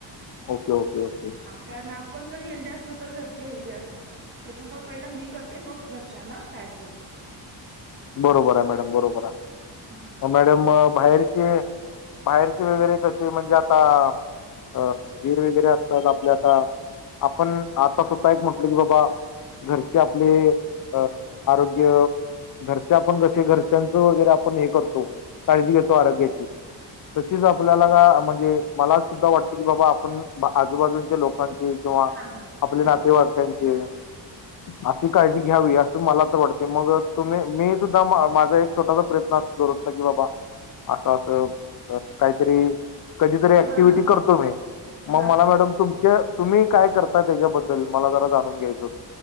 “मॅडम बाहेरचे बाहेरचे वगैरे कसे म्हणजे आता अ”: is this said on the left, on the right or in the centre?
Left